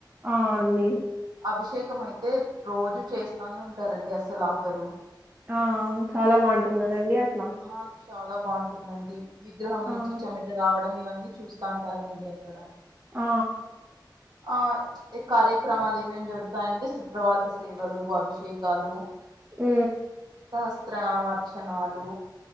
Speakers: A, on the right; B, on the right.
A: ఆ అండి
B: అభిషేకం అయితే రోజు చేస్తానే ఉంటారండి అసలు ఆపరు
A: ఆ చాలా బాగుంటుంది
B: ఆ
A: కదండి అట్లా
B: ఆ చాలా బాగుంటుందండి విగ్రహం నుంచి
A: ఆ
B: చెమట రావడం ఇవన్నీ చూస్తాంటారండి అక్కడ
A: ఆ
B: ఆ ఈ కార్యక్రమాలు ఏమ్ ఏమ్ జరుగుతాయంటే శుభ్రవాత సేవలు అభిషేకాలు
A: ఉ
B: సహస్ర నామార్చనాలు